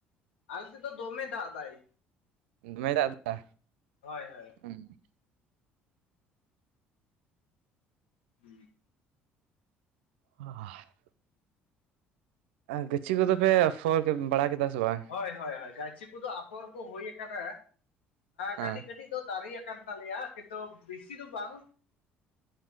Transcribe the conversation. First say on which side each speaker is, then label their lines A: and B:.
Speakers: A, on the left; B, on the right.
A: ᱟᱞᱮ ᱥᱮᱫ ᱫᱚᱢᱮ ᱫᱟᱜ ᱮ ᱫᱟᱭ᱾
B: ᱫᱚᱢᱮ ᱫᱟᱜ ᱮᱫᱟ?
A: ᱦᱳᱭ ᱦᱳᱭ
B: ᱦᱩᱸ
A: ᱦᱩᱸ
B: ᱦ <inaudible> ᱜᱟᱹᱪᱷᱤ ᱠᱚᱫᱚ ᱯᱮ ᱟᱯᱷᱚᱨ ᱵᱟᱲᱟ ᱠᱮᱫᱟ ᱥᱮ ᱵᱟᱝ?
A: ᱦᱳᱭ ᱦᱳᱭ ᱦᱳᱭ ᱜᱟᱪᱷᱤ ᱠᱚᱫᱚ ᱟᱯᱷᱚᱨ ᱠᱚ ᱦᱩᱭ ᱟᱠᱟᱱᱟ
B: ᱦᱮᱸ
A: ᱠᱟᱹᱴᱤᱡ ᱠᱟᱹᱴᱤᱡᱼᱼ ᱠᱟᱹᱴᱤᱡ ᱫᱚ ᱫᱟᱨᱮ ᱟᱠᱟᱱ ᱛᱟᱞᱮᱭᱟ ᱠᱤᱱᱛᱩ ᱵᱮᱥᱤ ᱫᱚ ᱵᱟᱝᱼᱼ